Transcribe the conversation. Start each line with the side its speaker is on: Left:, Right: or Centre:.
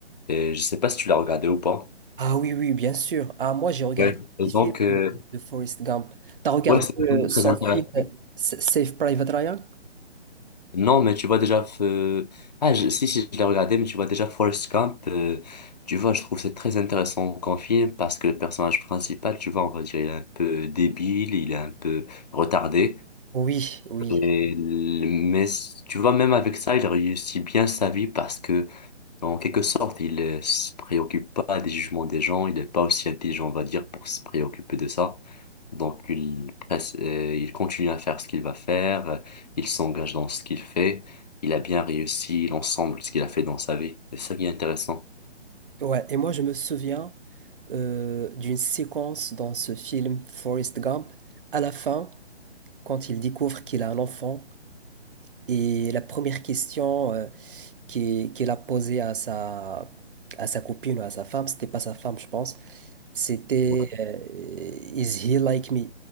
Left: et je sais pas si tu l'as regardé ou pas.
Right: Ah oui, oui, bien sûr. Ah, moi, j'ai regardé
Left: Ouais. Et
Right: les
Left: donc,
Right: films
Left: euh,
Right: de, de, de Forrest Gump. T'as regardé
Left: ouais, c'est un film
Right: euh,
Left: très
Right: son
Left: intéressant.
Right: film euh, S- Save Private Ryan?
Left: Non, mais tu vois déjà... euh, Ah, je- si, si, je l'ai regardé, mais tu vois déjà Forrest Gump. euh, Tu vois, je trouve c'est très intéressant comme film parce que le personnage principal, tu vois, on va dire, il est un peu débile, il est un peu retardé.
Right: Oui, oui.
Left: Et l- Mais s- tu vois, même avec ça, il réussit bien sa vie parce que en quelque sorte, il ne se préoccupe pas des jugements des gens, il n'est pas aussi intelligent, on va dire, pour se préoccuper de ça. Donc, il, presse, euh, il continue à faire ce qu'il va faire, euh, il s'engage dans ce qu'il fait, il a bien réussi l'ensemble de ce qu'il a fait dans sa vie. C'est ça qui est intéressant.
Right: Ouais, et moi je me souviens euh, d'une séquence dans ce film Forrest Gump, à la fin, quand il découvre qu'il a un enfant, et la première question euh, qu'il qu'il a posée à sa, à sa copine ou à sa femme, c'était pas sa femme je pense, c'était
Left: Ouais,
Right: euh, Is he like me?